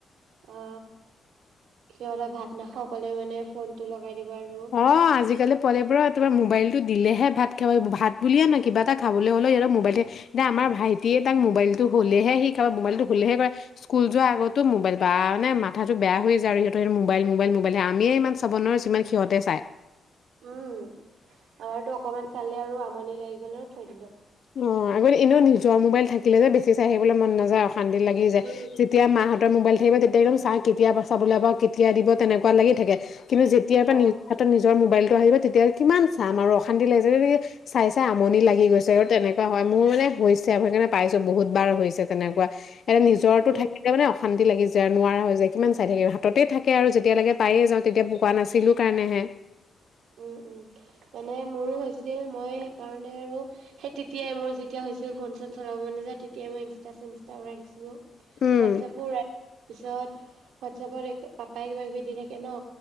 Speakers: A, on the right; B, on the left.
A: অ। সিহঁতে ভাত নাখাকলে মানে ফোন টো লগাই দিব আৰু
B: অ, আজিকালি পোৱালিবোৰৰ তোমাৰ মোবাইল দিলেহে ভাত খাব ভাত বুলিয়ে নয় কিবা এটা খাবলৈ হলে সিহতৰ মোবাইলতে এতিয়া আমাৰ ভাইটিয়ে তাক মোবাইলটো হলেহে সি খাব মোবলতটো হলেহে কৰে, স্কুল যোৱা আগতো মোবাইল বা মে মাথাটো বেয়া হৈ য আৰু সিহঁৰ সহত মোবাইল, মোবাইল, মোবাইল আমে ইমান চাব নোৱাৰিচো। সিহঁতে চায়।
A: উম, আমাৰতো অকমান চালে আৰু আমনি লাগি গল আৰু থৈ দিলো।
B: অ', আগতে এনেও নিজৰ মোবাইল থাকিলে যে বেছি চাই আহিবলৈ মন নাযায়। কান্দি লাগি যায়
A: উম
B: যেতিয়া মাহত মোবাইল থাকিবা তেতিয়া একদম চাই কেতিয়া চাবলৈ পা কেতিয়া দিব তেনেকুৱা লাগি থাকে। কিন্তু যেতিয়াৰ বা
A: অ'
B: নিজ <unintelligible> যৰ মোবাইল টো আহিব তেতিয়া কিমান চাম আৰু অশান্তি লাগিছে চাই চাই আমনি লাগি গৈছে। তেনেকুৱা হয় মোৰ মানে হৈছে সেইকাৰণে পাইছো বহুত বাৰ হৈছে তেনেকুৱা। এ', নিজৰটো
A: মোৰ
B: থাকিলে মানে অশান্তি লাগি যায় আৰু নোৱাৰা হৈ যায়। যে কিমান চাই থাকিম হাততে থাকে আৰু যেতিয়ালৈকে পায়ে যাওঁ তেতিয়া পোকোৱা নাছিলো কাৰণে হে।
A: উম - উম মানে মোৰো হৈছিল মই সেইকাৰণে আৰু সেই তেতিয়াই মোৰ যেতিয়া হৈছিল ফোন চন চলাব মানে যে তেতিয়াই মই ইনষ্টা চিনষ্টা উৰাই দিছিলো। হোৱাটছএপ
B: উম
A: <unintelligible> তাৰ পিছত হোৱাটছএপত পাপাই কিবা কিবি দি থাকে ন।